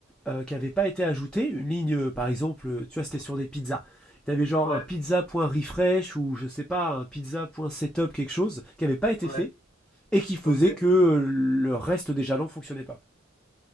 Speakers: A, in the centre; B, on the left.
A: euh, qui n'avait pas été ajoutée, une ligne, euh, par exemple, tu vois, c'était sur des pizzas. Tu avais genre
B: Ouais,
A: un pizza.refresh ou je sais pas, un pizza.setup, quelque chose, qui n'avait pas été
B: ouais,
A: fait et qui faisait
B: ok.
A: que euh, le reste des jalons ne fonctionnait pas.